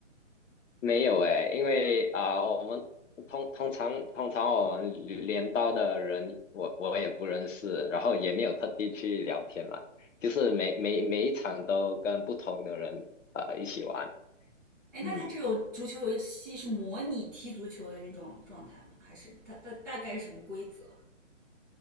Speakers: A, on the left; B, in the centre.
A: 没有诶，因为啊、我们通通常通常我们镰刀的人，我我也不认识，然后也没有特地去聊天嘛，就是每每每一场都跟不同的人呃一起玩，
B: 哎，
A: 嗯，
B: 那他这种足球游戏是模拟踢足球的那种状态吗？还是它大大概是什么规则？